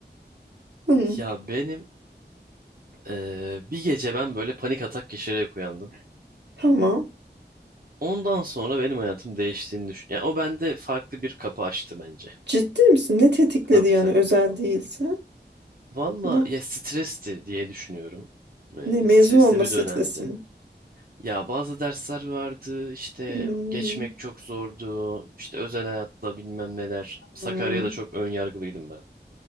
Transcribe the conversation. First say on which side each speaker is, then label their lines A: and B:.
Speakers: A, on the right; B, on the right.
A: Hı,
B: Ya benim eee, bir gece ben böyle panik atak geçirerek uyandım.
A: tamam.
B: Ondan sonra benim hayatım değiştiğini düşün. Yani o bende farklı bir kapı açtı bence.
A: Ciddi misin? Ne tetikledi
B: Tabii
A: yani
B: tabii.
A: özel değilse?
B: Valla
A: No.
B: ya stresti diye düşünüyorum. Eee,
A: Ne mezun
B: stresli
A: olma
B: bir
A: stresi
B: dönemdi.
A: mi?
B: Ya bazı dersler vardı işte
A: Hmm,
B: geçmek çok zordu. İşte özel hayatla bilmem neler. Sakarya'da
A: Hmm.
B: çok ön yargılıydım ben.